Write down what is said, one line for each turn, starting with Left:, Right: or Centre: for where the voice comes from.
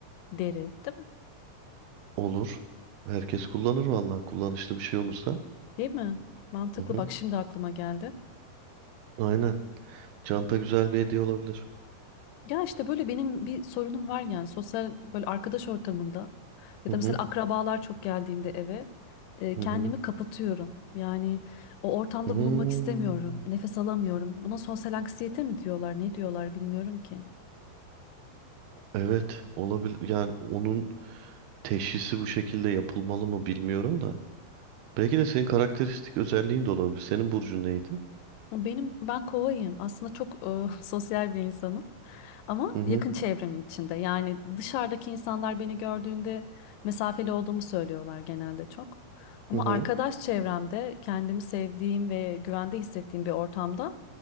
Left: Deri, değil mi?
Right: Olur. Herkes kullanır vallahi. Kullanışlı bir şey olursa.
Left: Değil mi? Mantıklı
Right: Hı hı.
Left: bak şimdi aklıma geldi.
Right: Aynen. Çanta güzel bir hediye olabilir.
Left: Ya işte böyle benim bir sorunum var yani sosyal böyle arkadaş ortamında ya
Right: Hı
Left: da
Right: hı.
Left: mesela akrabalar çok geldiğinde eve e,
Right: Hı
Left: kendimi
Right: hı.
Left: kapatıyorum. Yani o ortamda
Right: Hmm.
Left: bulunmak istemiyorum. Nefes alamıyorum. Buna sosyal anksiyete mi diyorlar, ne diyorlar bilmiyorum ki.
Right: Evet. Olabilir. Yani onun teşhisi bu şekilde yapılmalı mı bilmiyorum da. Belki de senin karakteristik özelliğin de olabilir. Senin burcun neydi?
Left: Benim ben kovayım. Aslında çok e, <laughs> sosyal bir insanım. Ama
Right: Hı hı.
Left: yakın çevremin içinde. Yani dışarıdaki insanlar beni gördüğünde mesafeli olduğumu söylüyorlar genelde çok. Ama
Right: Hı hı.
Left: arkadaş çevremde kendimi sevdiğim ve güvende hissettiğim bir ortamda